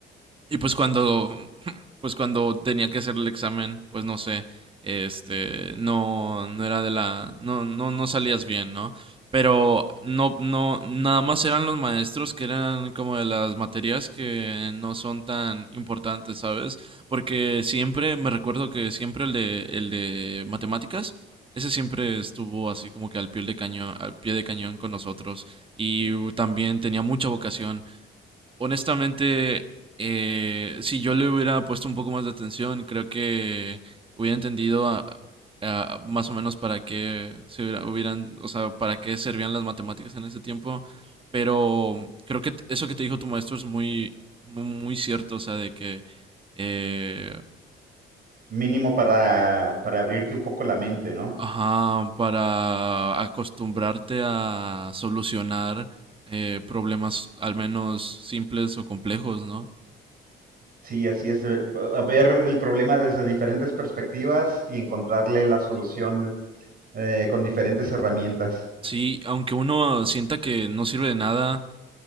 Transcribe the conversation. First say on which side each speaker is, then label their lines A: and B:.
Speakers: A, on the right; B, on the right.
A: y pues cuando, <laughs> pues cuando tenía que hacer el examen, pues no sé, este, no, no era de la, no, no, no salías bien, ¿no? Pero no, no, nada más eran los maestros que eran como de las materias que no son tan importantes, ¿sabes? Porque siempre, me recuerdo que siempre el de, el de matemáticas, ese siempre estuvo así como que al pie de cañón, al pie de cañón con nosotros. Y también tenía mucha vocación. Honestamente, eh, si yo le hubiera puesto un poco más de atención, creo que hubiera entendido a- a- más o menos para qué se hubiera- hubieran, o sea, para qué servían las matemáticas en ese tiempo. Pero creo que t- eso que te dijo tu maestro es muy, muy, muy cierto, o sea, de que, eh,
B: Mínimo para, para abrirte un poco la mente, ¿no?
A: ajá, para acostumbrarte a solucionar eh, problemas al menos simples o complejos, ¿no?
B: Sí, así es. eh, ver el problema desde diferentes perspectivas y encontrarle la solución eh, con diferentes herramientas.
A: Sí, aunque uno sienta que no sirve de nada,